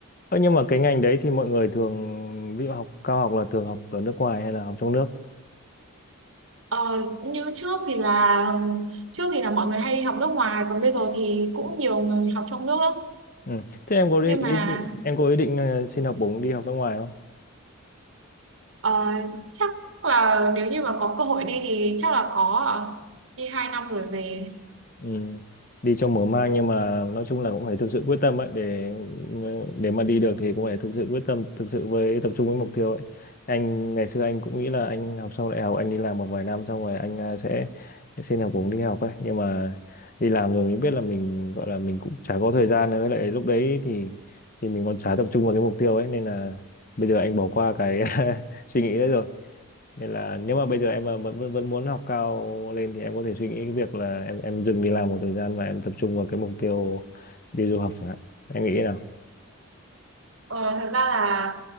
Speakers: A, on the left; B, on the right.
A: Ơ, nhưng mà cái ngành đấy thì mọi người thường ví dụ học cao học là thường học ở nước ngoài hay là học trong nước?
B: ờ, như trước thì là trước thì là mọi người hay đi học nước ngoài còn bây giờ thì cũng nhiều người học trong nước lắm
A: Ừ. Thế em có đi,
B: nhưng
A: ý,
B: mà
A: định- em có ý định ờ, xin học bổng đi học nước ngoài
B: ờ, chắc là nếu như mà có cơ hội đi thì chắc là có ạ. đi hai năm rồi về
A: Ừ. Đi trong mở mang nhưng mà nói chung là cũng phải thực sự quyết tâm ấy để để mà đi được thì cũng phải thực sự quyết tâm thực sự với tập trung với mục tiêu ấy anh ngày xưa anh cũng nghĩ là anh học xong đại học anh đi làm một vài năm xong rồi anh à, sẽ xin học bổng đi học ấy nhưng mà đi làm rồi mình biết là mình gọi là mình cũng chả có thời gian nữa. với lại lúc đấy thì thì mình còn chả tập trung vào cái mục tiêu ấy nên là bây giờ anh bỏ qua cái <laughs> suy nghĩ đấy rồi nên là nếu mà bây giờ em mà vẫn vẫn vẫn muốn học cao lên thì em có thể suy nghĩ cái việc là em em dừng đi làm một thời gian và em tập trung vào cái mục tiêu đi du học chẳng hạn em nghĩ thế nào
B: Ờ, thật ra là